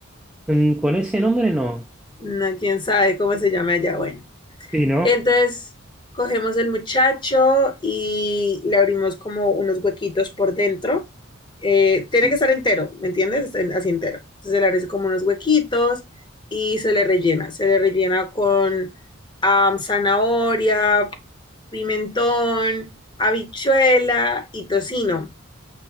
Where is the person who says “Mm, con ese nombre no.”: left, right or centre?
Centre